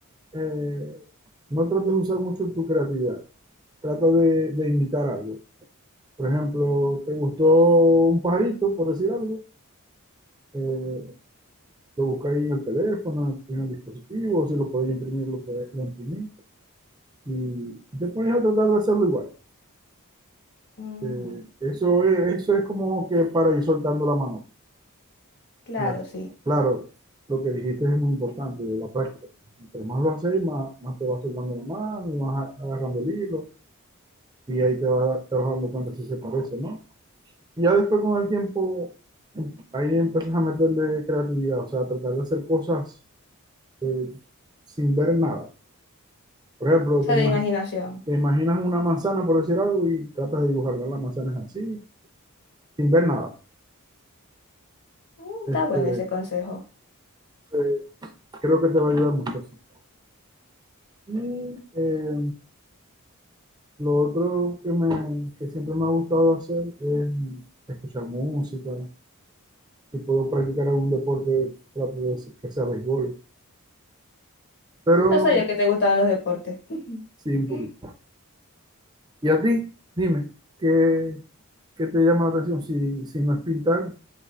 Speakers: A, on the right; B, on the left.
A: eh, no trates de usar mucho tu creatividad. Trata de, de imitar algo. Por ejemplo, te gustó un pajarito, por decir algo. eh, Lo buscáis en el teléfono, en el dispositivo, si lo podéis imprimir, lo, podéis, lo imprimís. Y te pones a tratar de hacerlo igual.
B: Ujú,
A: Eh, eso es, eso es como que para ir soltando la mano.
B: Claro,
A: Y así.
B: sí.
A: Claro, lo que dijiste es muy importante, de la práctica. Entre más lo haces, más, más te vas soltando la mano y vas agarrando el hilo. Y ahí te vas, te vas dando cuenta si se parece, ¿no? Y ya después con el tiempo, em- ahí empiezas a meterle creatividad, o sea, a tratar de hacer cosas eh, sin ver nada. Por ejemplo,
B: O sea,
A: te,
B: de
A: imag-
B: imaginación.
A: te imaginas una manzana, por decir algo, y tratas de dibujarla. La manzana es así, sin ver nada.
B: Mm, Está
A: Este,
B: bueno ese consejo.
A: eh, creo que te va a ayudar mucho eso. Y eh, lo otro que, me, que siempre me ha gustado hacer es escuchar música. Si puedo practicar algún deporte, trato de hacer que sea béisbol. Pero
B: Mm, No sabía que te gustaban los deportes.
A: sí,
B: <laughs>
A: un poquito. ¿Y a ti? Dime, ¿qué, qué te llama la atención? Si, si no es pintar,